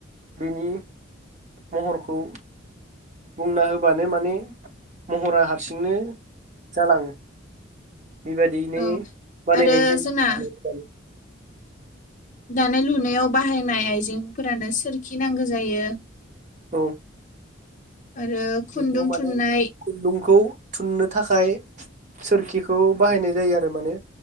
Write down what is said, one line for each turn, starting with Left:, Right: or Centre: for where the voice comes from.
Right: बिनि महरखौ बुंना होबानो माने महरा हारसिं बिदिनो जालाङो बेबायदियैनो
Left: औ
Right: बानायनाय
Left: आरो
Right: जायो
Left: जोंना
Right: आरोना नोंथां
Left: दानाय लुनायाव बाहायनाय आइजेंफोरानो सोरखि नांगौ जायो
Right: औ
Left: आरो खुनदुं
Right: बेखौ माने
Left: थुननाय
Right: खुन्दुंखौ थुननो थाखाय सोरखिखौ बाहायनाय जायो आरो माने